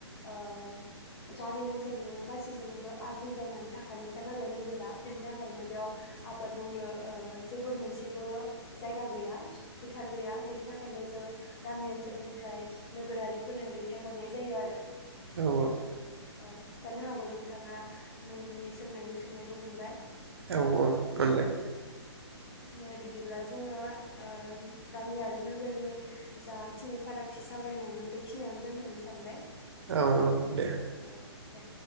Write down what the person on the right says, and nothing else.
औ औ।
औ औ मोनबाय।
औ औ दे